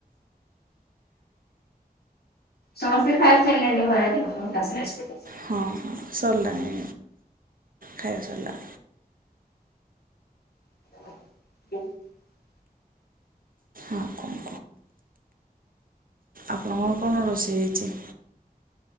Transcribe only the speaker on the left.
ସମସ୍ତେ ଖାଇ ପିଇ ସାରିଲେଣି? <unintelligible>
<inaudible>